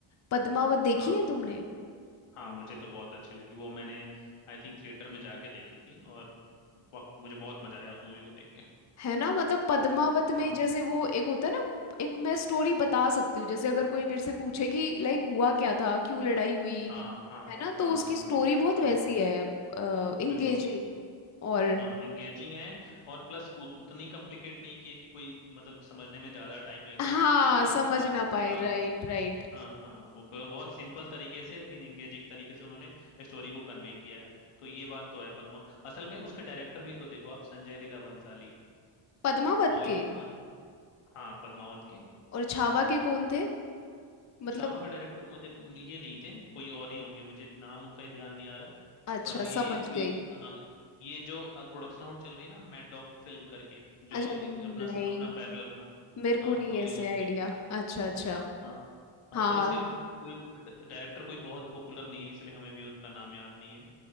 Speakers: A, on the left (about 35°); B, on the left (about 85°).
A: पद्मावत देखी
B: हाँ
A: है तुमने
B: हाँ मुझे तो बहुत अच्छी लगी वो मैंने आई थिंक थिएटर में जाके देखी थी और वाकई मुझे बहुत मजा आया उस मूवी को देख
A: है ना मतलब पद्मावत
B: के
A: में जैसे वो एक होता है ना एक मैं स्टोरी बता सकती हूँ जैसे अगर कोई मेरे से पूछे कि लाइक हुआ क्या था क्यों लड़ाई हुई
B: हाँ हाँ
A: है ना तो
B: हाँ
A: उसकी
B: हाँ
A: स्टोरी बहुत
B: हाँ
A: वैसी है इंगेजिंग
B: बिल्कुल
A: और
B: हाँ इंगेजिंग है और प्लस उत, उतनी कॉम्प्लिकेट नहीं की है कि कोई मतलब समझने में ज्यादा टाइम लगे
A: हाँ
B: प्लस
A: समझ
B: अ,
A: ना पाए
B: हाँ
A: राइट राइट
B: हाँ हाँ वो ब- बहुत सिंपल तरीके से लेकिन इंगेजिंग तरीके से उन्होंने स्टोरी को कन्वे किया है तो ये बात तो है पद्मा असल में उसके डायरेक्टर भी तो देखो आप संजय लीला भंसाली
A: पद्मावत
B: वो इंसान
A: के
B: हाँ पद्मावत के
A: और छावा के कौन थे मतलब
B: छावा का डायरेक्टर मुझे न- ये नहीं थे कोई और ही होंगे मुझे नाम उनका ही ध्यान नहीं आ रहा
A: अच्छा
B: पर ये
A: समझ
B: कोई
A: गई
B: हाँ ये जो अब प्रोडक्शन आउट चल रही है ना मैड डॉग फिल्म करके जो
A: अच्छा
B: एक
A: नहीं
B: अपना अपना पैरेलल हाँ
A: मेरे
B: हाँ
A: को नहीं
B: तो ये
A: ऐसे
B: उनके
A: आइडिया
B: हाँ
A: अच्छा अच्छा
B: हाँ हाँ,
A: हाँ
B: पर इसके को- कोई डायरेक्टर कोई बहुत पॉपुलर नहीं है इसलिए हमें भी उनका नाम याद नहीं है